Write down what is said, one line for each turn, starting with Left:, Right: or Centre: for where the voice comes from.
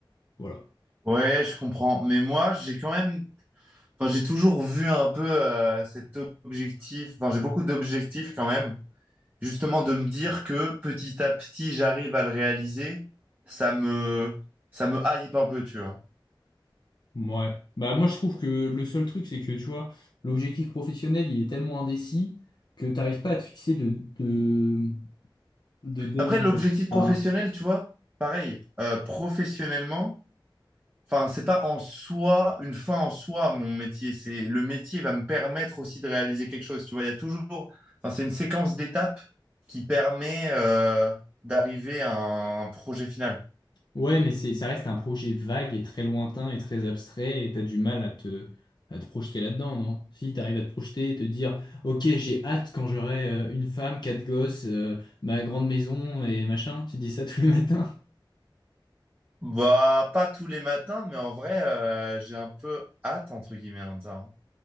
Left: Voilà.
Right: Ouais, je comprends. Mais moi, j'ai quand même. Enfin, j'ai toujours vu un peu euh, cet objectif. Enfin, j'ai beaucoup d'objectifs quand même. Justement, de me dire que petit à petit, j'arrive à le réaliser. Ça me. Ça me hype un peu, tu vois.
Left: Ouais. Bah moi, je trouve que le seul truc, c'est que, tu vois, l'objectif professionnel, il est tellement indécis que t'arrives pas à te fixer de, de, de deadline.
Right: Après, l'objectif professionnel,
Left: Enfin,
Right: tu vois, pareil. euh, professionnellement. Enfin, c'est pas en soi, une fin en soi, mon métier. C'est le métier va me permettre aussi de réaliser quelque chose. Tu vois, il y a toujours. Enfin, c'est une séquence d'étapes qui permet euh, d'arriver à un projet final.
Left: Ouais, mais c'est, ça reste un projet vague et très lointain et très abstrait et t'as du mal à te, à te projeter là-dedans, non? Si t'arrives à te projeter et te dire, ok, j'ai hâte quand j'aurai euh, une femme, quatre gosses, euh, ma grande maison et machin, tu dis ça tous les <laughs> matins.
Right: Bah, pas tous les matins, mais en vrai, euh, j'ai un peu hâte, entre guillemets, hein, de ça, hein.